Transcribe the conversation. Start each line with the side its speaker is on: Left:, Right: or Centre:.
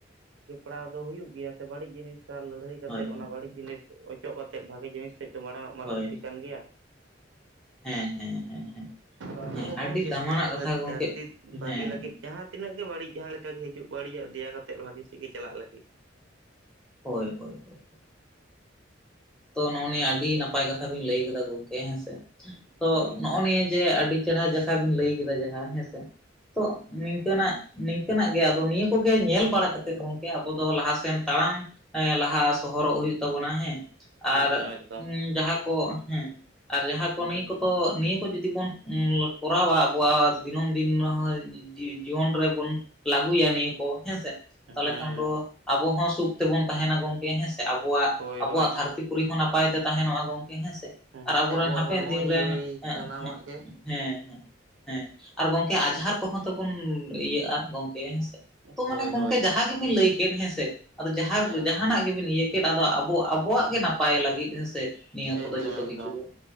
Right: ᱡᱚᱯᱲᱟᱣᱼᱼ ᱫᱚ ᱦᱩᱭᱩᱜ ᱜᱮᱭᱟ ᱥᱮ ᱵᱟᱹᱲᱤᱡ ᱡᱤᱱᱤᱥ ᱥᱟᱜ ᱞᱟᱹᱲᱦᱟᱹᱭ ᱠᱟᱛᱮᱫ
Centre: ᱦᱳᱭ
Right: ᱚᱱᱟ ᱵᱟᱹᱲᱤᱡ ᱡᱤᱱᱤᱥ ᱚᱪᱚᱜ ᱠᱟᱛᱮᱫ ᱵᱷᱟᱜᱤ ᱡᱤᱱᱤᱥᱼᱼ ᱮᱫ ᱫᱚ ᱢᱟᱲᱟᱝ ᱢᱟ
Centre: ᱦᱳᱭ
Right: ᱞᱟᱹᱠᱛᱤ ᱠᱟᱱ ᱜᱮᱭᱟ᱾
Centre: <unintelligible> ᱦᱮᱸ ᱦᱮᱸ ᱦᱮᱸ
Right: ᱟᱫᱚ ᱟᱵᱚ
Centre: ᱦᱮ ᱦᱮᱸ
Right: ᱦᱚᱸᱵᱚᱱ
Centre: ᱟᱹᱰᱤ
Right: ᱪᱮᱥᱴᱟᱭᱟ
Centre: ᱫᱟᱢᱟᱱᱟᱜ ᱠᱟᱛᱷᱟ
Right: ᱫᱷᱟᱹᱨᱛᱤ
Centre: ᱜᱮ ᱜᱚᱢᱠᱮ
Right: ᱵᱷᱟᱜᱮ
Centre: ᱦᱮᱸᱦᱮᱸ᱾
Right: ᱞᱟᱹᱜᱤᱫ ᱡᱟᱦᱟᱸ ᱛᱤᱱᱟᱹᱜ ᱜᱮ ᱵᱟᱹᱲᱤᱡ ᱡᱟᱦᱟᱸ ᱞᱮᱠᱟ ᱜᱮ ᱦᱤᱡᱩᱜ ᱵᱟᱹᱲᱤᱡᱟᱜ ᱫᱮᱭᱟ ᱠᱟᱛᱮᱫ ᱵᱷᱟᱜᱤ ᱥᱮᱫ ᱜᱤ ᱪᱟᱞᱟᱜ ᱞᱟᱹᱜᱤᱫ᱾
Centre: ᱦᱳᱭ ᱦᱳᱭ᱾ ᱦᱳᱭ
Right: <unintelligible>
Centre: ᱛᱚ ᱱᱚᱜᱼᱚᱭ ᱱᱤᱭᱟᱹ ᱟᱹᱰᱤ ᱱᱟᱯᱟᱭ ᱠᱟᱛᱷᱟ ᱵᱤᱱ ᱞᱟᱹᱭ ᱠᱟᱫᱟ ᱜᱚᱝᱠᱮ ᱦᱮᱸᱥ ᱛᱚ
Right: ᱦᱮᱸ
Centre: ᱱᱚᱜᱼᱚᱭ ᱱᱤᱭᱟᱹ ᱡᱮ ᱟᱹᱰᱤᱼᱼ ᱪᱮᱨᱦᱟ ᱡᱟᱠᱟ ᱵᱤᱱ ᱞᱟᱹᱭ ᱠᱮᱫᱟ ᱡᱟᱦᱟᱸ ᱦᱮᱸ ᱥᱮ ᱛᱚ ᱱᱤᱝᱠᱟᱹᱱᱟᱜᱼᱼ ᱱᱤᱝᱠᱟᱹᱱᱟᱜ ᱜᱮ ᱟᱫᱚ ᱱᱤᱭᱟᱹ ᱠᱚᱜᱮ ᱧᱮᱞ ᱵᱟᱲᱟ ᱠᱟᱛᱮᱜ ᱜᱚᱝᱠᱮ ᱟᱵᱚ ᱫᱚ ᱞᱟᱦᱟᱥᱮᱱ ᱛᱟᱲᱟᱢᱼᱼ ᱦᱮᱸ ᱞᱟᱦᱟ ᱥᱚᱦᱚᱨᱚᱜ ᱦᱩᱭᱩᱜ ᱛᱟᱵᱚᱱᱟ ᱦᱮᱸ
Right: ᱮᱠᱫᱚᱢ
Centre: ᱟᱨ
Right: ᱮᱠᱫᱚᱢ
Centre: ᱤᱸ ᱡᱟᱦᱟᱸ ᱠᱚ ᱦᱮᱸᱼᱼ ᱟᱨ ᱡᱟᱦᱟᱸ ᱠᱚ ᱱᱤᱭᱟᱹ ᱠᱚᱫᱚ ᱱᱤᱭᱟᱹ ᱠᱚ ᱡᱩᱫᱤ ᱵᱚᱱ ᱩᱸ ᱠᱚᱨᱟᱣᱟ ᱟᱵᱚᱣᱟᱜ ᱫᱤᱱᱟᱹᱢ ᱫᱤᱱ ᱨᱮᱦᱚᱸᱭ, ᱡᱤᱣᱤ ᱡᱤᱭᱚᱱ ᱨᱮᱵᱚᱱ ᱞᱟᱹᱜᱩᱭᱟ ᱱᱤᱭᱟᱹ ᱠᱚ ᱦᱮᱸ ᱥᱮ᱾
Right: ᱦᱮᱸ
Centre: ᱛᱟᱦᱞᱮ ᱠᱷᱟᱱ
Right: ᱦᱮᱸ
Centre: ᱫᱚ ᱟᱵᱚ ᱦᱚᱸ ᱥᱩᱠ ᱛᱮᱵᱚᱱ ᱛᱟᱦᱮᱱᱟ ᱜᱚᱝᱠᱮ ᱦᱮᱸ ᱥᱮ ᱟᱵᱚᱣᱟᱜ
Right: ᱦᱳᱭ
Centre: ᱟᱵᱚᱣᱟᱜ
Right: ᱦᱳᱭ
Centre: ᱫᱷᱟᱨᱼᱼ ᱛᱤ ᱯᱩᱨᱤ ᱦᱚᱸ ᱱᱟᱯᱟᱭ ᱛᱮ ᱛᱟᱦᱮᱱᱚᱜᱼᱟ ᱜᱚᱝᱠᱮ ᱦᱮᱸ ᱥᱮ
Right: ᱦᱮᱸ
Centre: ᱟᱨ
Right: ᱥᱮ
Centre: ᱟᱵᱚᱨᱮᱱ
Right: ᱟᱵᱚᱣᱟᱜ
Centre: ᱦᱟᱯᱮᱱ
Right: ᱦᱚᱲᱢᱚ
Centre: ᱫᱤᱱ
Right: ᱡᱤᱣᱤ
Centre: ᱨᱮᱱ ᱦᱮᱜᱼᱮᱸᱼᱼ
Right: ᱥᱟᱱᱟᱢᱟᱜ ᱜᱮ
Centre: ᱦᱮᱸ ᱦᱮᱸ ᱟᱨ ᱜᱚᱝᱠᱮ ᱟᱡᱷᱟᱨ ᱠᱚᱦᱚᱸ ᱛᱚᱵᱚᱱ ᱤᱭᱟᱹᱜᱼᱟ ᱜᱚᱝᱼᱼ ᱠᱮ ᱦᱮᱸ ᱥᱮ ᱛᱚ
Right: ᱦᱳᱭ
Centre: ᱢᱟᱱᱮ ᱜᱚᱝᱠᱮ
Right: ᱦᱳᱭ
Centre: ᱡᱟᱦᱟᱸ ᱜᱮᱵᱤᱱ ᱞᱟᱹᱭ ᱠᱮᱫ ᱦᱮᱸ ᱥᱮ ᱟᱫᱚ
Right: ᱦᱮᱸ
Centre: ᱡᱟᱦᱟᱸᱼᱼ ᱡᱟᱦᱟᱱᱟᱜ ᱜᱮᱵᱤᱱ ᱤᱭᱟᱹ ᱠᱮᱫ ᱟᱫᱚ ᱟᱵᱚ ᱟᱵᱚᱣᱟᱜ ᱜᱮ ᱱᱟᱯᱟᱭ ᱞᱟᱹᱜᱤᱫ ᱦᱮᱸ‌ᱥᱮ᱾ ᱱᱤᱭᱟᱹ ᱠᱚᱫᱚ
Right: ᱮᱠᱫᱚᱢ
Centre: ᱡᱚᱛᱚ
Right: ᱮᱠᱫᱚᱢ
Centre: ᱠᱤᱪᱩ ᱫᱚ